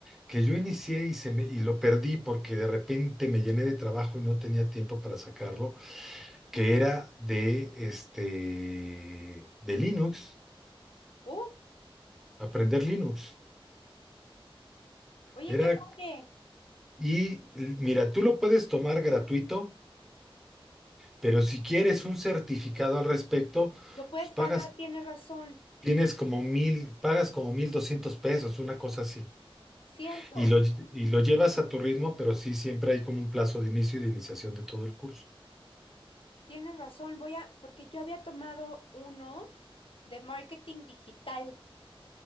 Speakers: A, in the centre; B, on the left.
A: que yo inicié y, se me, y lo perdí porque de repente me llené de trabajo y no tenía tiempo para sacarlo, que era de, este, de Linux,
B: Uh,
A: aprender Linux.
B: oye,
A: Era,
B: qué padre.
A: y l- mira, tú lo puedes tomar gratuito, pero si quieres un certificado al respecto,
B: Lo puedes
A: pues
B: pagar,
A: pagas,
B: tienes razón.
A: tienes como mil, pagas como mil doscientos pesos, una cosa así.
B: Cierto,
A: Y lo, y lo llevas a tu ritmo, pero sí siempre hay como un plazo de inicio y de iniciación de todo el curso.
B: tienes razón. Voy a, porque yo había tomado uno de marketing digital